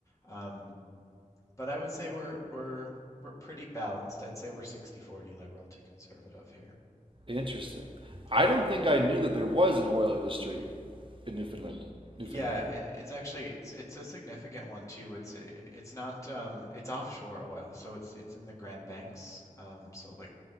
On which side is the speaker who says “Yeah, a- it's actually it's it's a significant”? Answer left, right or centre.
Left